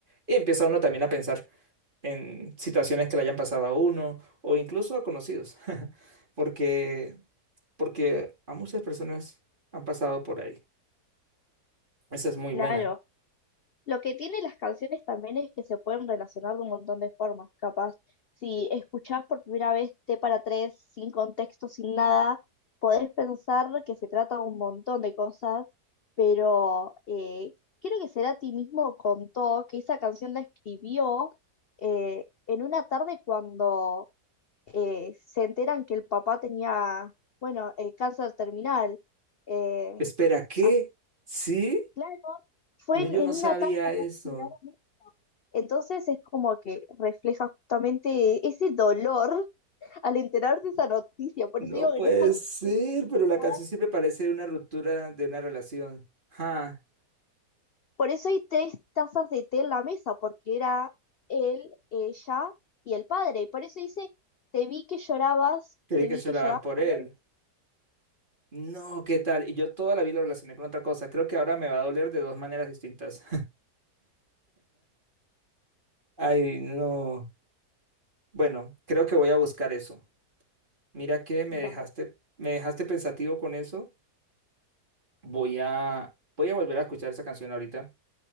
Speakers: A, on the right; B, on the left.
A: Y empieza uno también a pensar en situaciones que le hayan pasado a uno o incluso a conocidos, <laughs> porque, porque a muchas personas han pasado por ahí. Esa es muy
B: Claro.
A: buena.
B: Lo que tienen las canciones también es que se pueden relacionar de un montón de formas. Capaz, si escuchás por primera vez T para tres, sin contexto, sin nada, podés pensar que se trata de un montón de cosas, pero eh, creo que Cerati mismo contó que esa canción la escribió eh, en una tarde cuando eh, se enteran que el papá tenía, bueno, eh, cáncer terminal. Eh,
A: Espera, ¿qué?
B: así
A: ¿Sí?
B: Claro, fue
A: No,
B: en,
A: yo
B: en
A: no sabía
B: una tarde acá
A: eso.
B: en Verano. Entonces es como que refleja justamente ese dolor <laughs> al enterarte de esa noticia. Por
A: No
B: eso digo
A: puede
B: que no es algo
A: ser,
B: que te tengas que explicar.
A: pero la canción siempre parece una ruptura de una relación. Ja,
B: Por eso hay tres tazas de té en la mesa, porque era él, ella y el padre. Por eso dice, te vi que llorabas,
A: creí
B: te
A: que
B: vi
A: llorabas
B: que llorabas
A: por
B: por
A: él.
B: él.
A: No, ¿qué tal? Y yo toda la vida lo relacioné con otra cosa. Creo que ahora me va a doler de dos maneras distintas. <laughs> Ay, no. Bueno, creo que voy a buscar eso. Mira que me
B: Dale,
A: dejaste, me dejaste pensativo con eso. Voy a, voy a volver a escuchar esa canción ahorita,